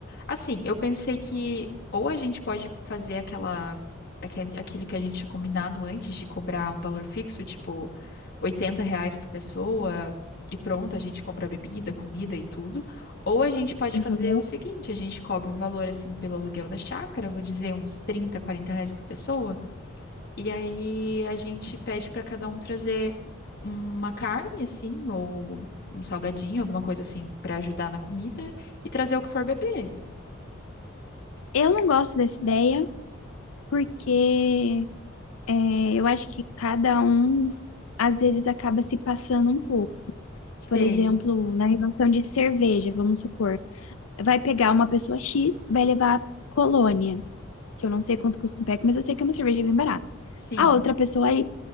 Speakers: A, on the left (about 50°); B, on the left (about 80°).
A: Assim, eu pensei que ou a gente pode fazer aquela, aquele, aquele que a gente tinha combinado antes de cobrar um valor fixo, tipo 80 reais por pessoa, e pronto, a gente compra bebida, comida e tudo. Ou a gente pode
B: Uhum.
A: fazer o seguinte, a gente cobra um valor assim pelo aluguel da chácara, vou dizer uns 30 40 reais por pessoa, e aí a gente pede para cada um trazer uma carne, assim, ou um salgadinho, alguma coisa assim, para ajudar na comida, e trazer o que for beber.
B: Eu não gosto dessa ideia porque é, eu acho que cada um, às vezes, acaba se passando um pouco.
A: Sei.
B: Por exemplo, na relação de cerveja, vamos supor, vai pegar uma pessoa X, vai levar Colônia, que eu não sei quanto custa um pack, mas eu sei que é uma cerveja bem barata.
A: Sim,
B: A outra pessoa Y